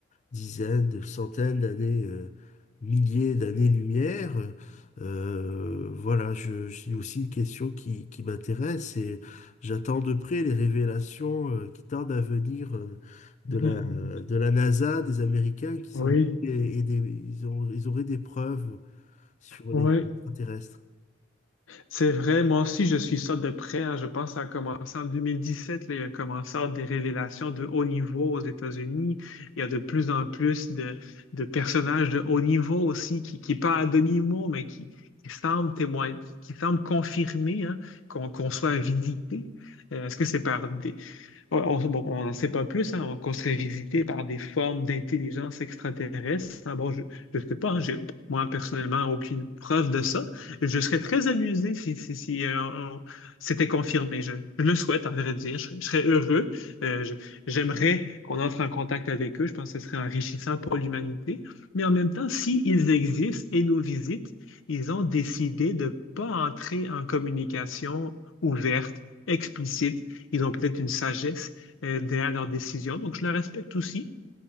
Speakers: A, on the left (about 40°); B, on the left (about 85°).
A: dizaines, de centaines d'années, euh, milliers d'années-lumière. Euh, euh, voilà, je, je- c'est aussi une question qui, qui m'intéresse et j'attends de près les révélations euh, qui tardent à venir euh, de
B: <laughs>
A: la, de la NASA, des Américains qui semblent
B: Oui,
A: et, et des, ils ont, ils auraient des preuves sur
B: oui.
A: les extraterrestres.
B: C'est vrai, moi aussi, je suis ça de près. hein. Je pense que ça a commencé en 2017. là, il y a commencé à avoir des révélations de haut niveau aux États-Unis. Il y a de plus en plus de, de personnages de haut niveau aussi qui, qui parlent à demi-mot, mais qui, qui semblent témoigner, qui semblent confirmer hein, qu'on qu'on soit vidité. Euh, est-ce que c'est par des, Ouais, on, bon, on n'en sait pas plus, hein, on- qu'on serait visité par des formes d'intelligence extraterrestre. hein. bon, je ne sais pas, hein, j'ai- moi personnellement aucune preuve de ça. Je serais très amusé si, si, si, euh, on- c'était confirmé. Je, je le souhaite, en vrai dire. Je, serais je serais heureux. Euh, je- j'aimerais qu'on entre en contact avec eux. Je pense que ce serait enrichissant pour l'humanité. Mais en même temps, s'ils existent et nous visitent, ils ont décidé de ne pas entrer en communication ouverte explicite ils ont peut-être une sagesse euh, derrière leurs décisions. Donc, je le respecte aussi.